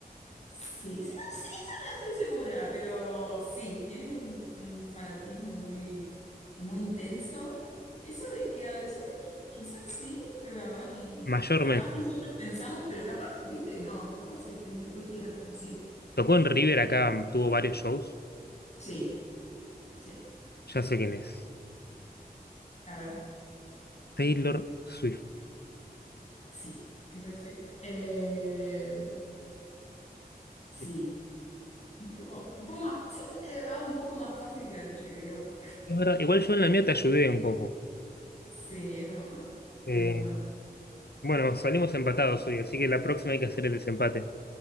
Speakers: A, on the left; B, on the left.
A: sí, sí, no, sí, esa no estoy segura, pero sí, tienen un, un fanatismo muy, muy intenso. Eso de que adolescentes qui- quizás sí, pero la verdad ni...
B: Mayormente.
A: Capaz nosotros pensamos, pero capaz, viste, no, capaz es gente cualquiera, pero sí,
B: Tocó en River acá, tuvo varios shows.
A: sí, sí.
B: Ya sé quién es.
A: A ver.
B: Taylor Swift.
A: Sí, Taylor Swift. Eh, sí,
B: Sí,
A: un poco, un poco más. Siempre te hago un poco más fácil que la tuya, creo.
B: es verdad. Igual yo en la mía te ayudé un poco.
A: Sí, es verdad,
B: Eh,
A: es verdad.
B: bueno, salimos empatados hoy, así que la próxima hay que hacer el desempate.